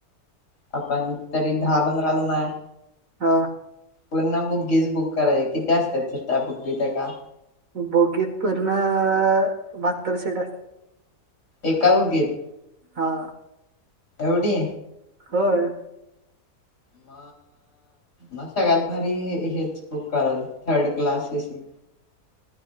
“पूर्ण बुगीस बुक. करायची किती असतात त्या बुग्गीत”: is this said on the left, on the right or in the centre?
Left